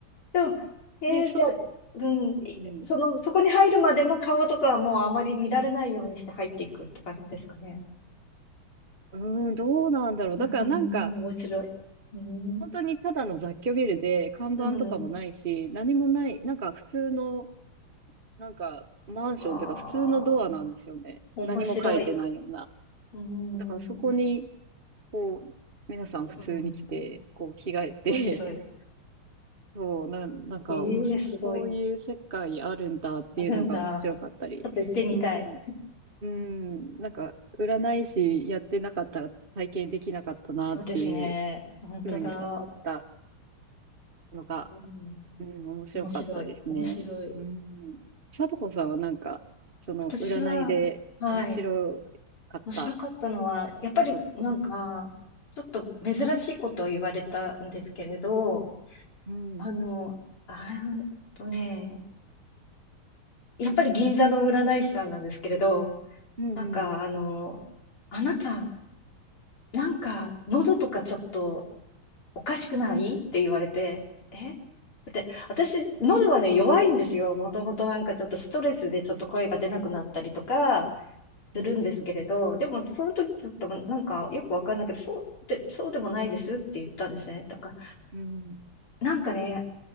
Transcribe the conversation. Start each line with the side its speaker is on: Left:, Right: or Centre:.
Left: でも、ええじゃあ、
Right: で、そし、
Left: うん、いその、
Right: うん。
Left: そこに入るまでも顔とかはもうあまり見られないようにして入っていくって感じですかね。
Right: うーん、どうなんだろう。だからなんか、
Left: うん面白い。うん。
Right: 本当にただの雑居ビルで、看板とかもないし、
Left: うん。
Right: 何もない、なんか普通の、なんかマンションっていうか普通のドアなんですよね。
Left: ああ、面白い。
Right: 何も書いてないような。
Left: うーん。
Right: だからそこに、こう、皆さん普通に来て、
Left: うん
Right: こう着替えて、
Left: 面白い。
Right: <laughs> そう、なん、なんか面白い、
Left: ええすごい。
Right: そういう世界あるんだっていうのが面白かったり。
Left: あるんだ。ちょっと行ってみたい。
Right: うん。うん。なんか、占い師やってなかったら体験できなかったなっていう
Left: そうですね。本当だ。
Right: ふうに思った。のが、
Left: うん。
Right: うん、面白かったですね。
Left: 面白い。面白い。
Right: うん。さとこさんはなんか、その、
Left: 私は、
Right: 占いで面白かった
Left: はい。面白かったのは、やっぱりなんか、
Right: ことって。
Left: ちょっと珍しいことを言われたんですけれど、
Right: うん。
Left: あの、あーっとね、やっぱり銀座の占い師さんなんですけれど、
Right: うん、
Left: なんかあの、
Right: うん、
Left: あなた、なんか喉とかちょっとおかしくないって言われて、え私、喉はね、弱いんですよ。もともとなんかちょっとストレスでちょっと声が出なくなったりとかするんですけれど、
Right: うん、
Left: でもその時ちょっとなんかよくわかんないけど、そうで、そうでもないですって言ったんですね。とか、
Right: うん、
Left: なんかね、